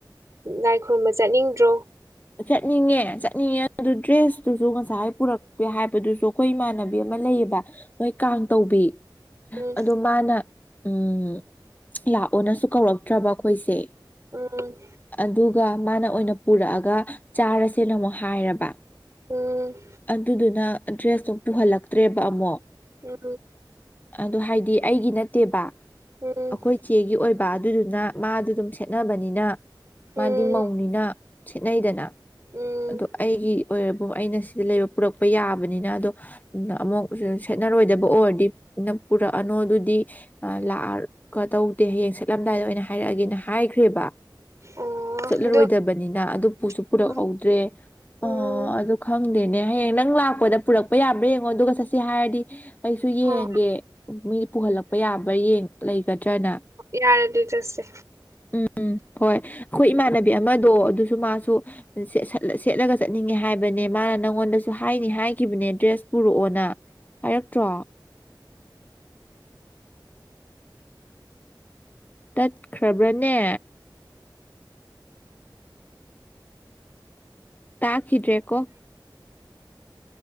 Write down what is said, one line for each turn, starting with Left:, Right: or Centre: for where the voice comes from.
Right: ꯂꯥꯥꯏ ꯈꯨꯔꯨꯝꯕ ꯆꯠꯅꯤꯡꯗ꯭ꯔꯣ
Left: ꯆꯠꯅꯤꯡꯉꯦ ꯆꯠꯅꯤꯡꯉꯦ ꯑꯗꯨ ꯗ꯭ꯔꯦꯁꯇꯨꯁꯨ ꯉꯁꯥꯏ ꯄꯨꯔꯛꯄꯦ ꯍꯥꯏꯕꯗꯨꯁꯨ ꯑꯩꯈꯣꯏ ꯏꯃꯥꯟꯅꯕꯤ ꯑꯃ ꯂꯩꯌꯦꯕ ꯃꯣꯏ ꯀꯥꯡ ꯇꯧꯕꯤ
Right: ꯎꯝ
Left: ꯑ ꯃꯥꯅ ꯎꯝ ꯂꯥꯛꯑꯣꯅꯁꯨ ꯀꯧꯔꯛꯇ꯭ꯔꯕ ꯑꯩꯈꯣꯏꯁꯦ
Right: ꯎꯝ
Left: ꯑꯗꯨꯒ ꯃꯥꯅ ꯑꯣꯏꯅ ꯄꯨꯔꯛꯑꯒ ꯆꯥꯔꯁꯦꯅ ꯑꯃꯨꯛ ꯍꯥꯏꯔꯕ
Right: ꯎꯝ
Left: ꯑꯗꯨꯗꯨꯅ ꯗ꯭ꯔꯦꯁꯇꯣ ꯄꯨꯍꯜꯂꯛꯇ꯭ꯔꯦꯕ ꯑꯃꯛ
Right: ꯑ
Left: ꯑꯗꯨ ꯍꯥꯏꯗꯤ ꯑꯩꯒꯤ ꯅꯠꯇꯦꯕ
Right: ꯎꯝ
Left: ꯑꯩꯈꯣꯏ ꯆꯦꯒꯤ ꯑꯣꯏꯕ ꯑꯗꯨꯗꯨꯅ ꯃꯥꯗꯨ ꯑꯗꯨꯝ ꯁꯦꯠꯅꯕꯅꯤꯅ
Right: ꯎꯝ
Left: ꯃꯥꯗꯤ ꯃꯧꯅꯤꯅ ꯅꯗꯅ
Right: ꯎꯝ
Left: ꯑꯗꯣ ꯑꯩꯒꯤ ꯑꯣꯏꯕꯨ ꯑꯩꯅ ꯁꯤꯗ ꯂꯩꯕ ꯄꯨꯔꯛꯄ ꯌꯥꯕꯅꯤꯅ ꯑꯗꯣ ꯑꯃꯨꯛ ꯁꯦꯠꯅꯔꯣꯏꯗꯕ ꯑꯣꯏꯔꯗꯤ ꯅ- ꯄꯨꯔꯛꯑꯅꯣ ꯑꯗꯨꯗꯤ ꯂꯥꯛꯑꯀ ꯇꯧꯗꯦ ꯍꯌꯦꯡ ꯁꯠꯂꯝꯗꯥꯏꯗ ꯑꯣꯏꯅ ꯍꯥꯏꯔꯛꯑꯒꯦꯅ ꯍꯥꯏꯈ꯭ꯔꯦꯕ
Right: ꯑꯣ
Left: ꯆꯠꯂꯔꯣꯏꯗꯕꯅꯤꯅ
Right: ꯑꯗꯣ
Left: ꯑꯗꯨꯁꯨ ꯄꯨꯔꯛꯎ
Right: ꯎꯝ
Left: ꯗ꯭ꯔꯦ
Right: ꯍꯣꯏ
Left: ꯑꯣ ꯑꯗꯨ ꯈꯪꯗꯦꯅꯦ ꯍꯌꯦꯡ ꯅꯪ ꯂꯥꯛꯄꯗ ꯄꯨꯔꯛꯄ ꯌꯥꯕ꯭ꯔꯥ ꯌꯦꯡꯉꯣ ꯑꯗꯨꯒ ꯆ ꯁꯤ ꯍꯥꯏꯔꯗꯤ ꯀꯩꯁꯨ ꯌꯦꯡꯒꯦ
Right: ꯍꯣꯏ
Left: ꯃꯤ ꯄꯨꯍꯜꯂꯛꯄ ꯌꯥꯕ꯭ꯔꯥ ꯂꯩꯒꯗ꯭ꯔꯅ
Right: ꯌꯥꯔꯗꯤ ꯆꯁꯦ
Left: ꯎꯝ ꯎꯝ ꯍꯣꯏ ꯑꯩꯈꯣꯏ ꯏꯃꯥꯟꯅꯕꯤ ꯑꯃꯗꯣ ꯑꯗꯨꯁꯨ ꯃꯥꯁꯨ ꯁꯦꯠꯂꯒ ꯆꯠꯅꯤꯡꯉꯦ ꯍꯥꯏꯕꯅꯦ ꯃꯥꯅ ꯅꯪꯉꯣꯟꯗꯁꯨ ꯍꯥꯏꯅꯤ ꯍꯥꯏꯈꯤꯕꯅꯦ ꯗ꯭ꯔꯦꯁ ꯄꯨꯔꯛꯑꯣꯅ ꯍꯥꯏꯔꯛꯇ꯭ꯔꯣ ꯇꯠꯈ꯭ꯔꯕ꯭ꯔꯅꯦ ꯇꯥꯈꯤꯗ꯭ꯔꯦꯀꯣ